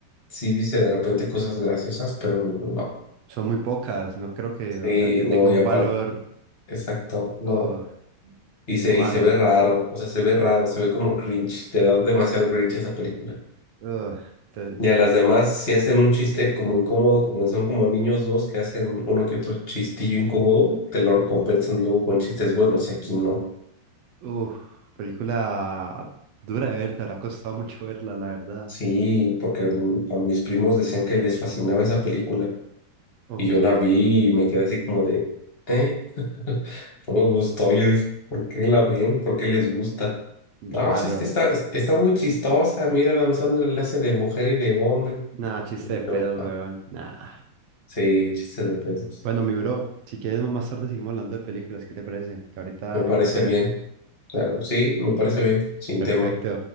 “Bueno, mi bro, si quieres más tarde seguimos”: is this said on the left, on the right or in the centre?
Right